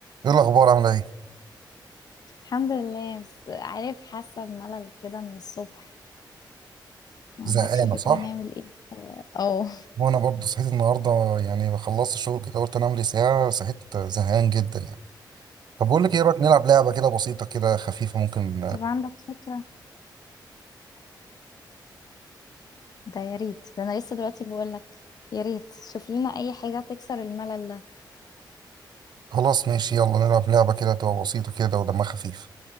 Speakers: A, on the right (about 60°); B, on the left (about 50°).
A: ايه الاخبار عامله ايه
B: الحمد لله بس عارف حاسة بملل كده من الصبح ما عندكش
A: زهقانه
B: فكرة
A: صح
B: نعمل ايه اه
A: وانا برضه صحيت النهارده يعني خلصت الشغل كده قلت انام لي ساعه صحيت زهقان جدا يعني طب بقول لك ايه إيه رايك نلعب لعبه كده بسيطه كده خفيفه ممكن
B: طب عندك فكرة ده يا ريت ده انا لسه دلوقتي بقولك يا ريت شوف لنا اي حاجة تكسر الملل ده
A: خلاص ماشي يلا نلعب لعبه كده تبقى بسيطه كده ودمها خفيف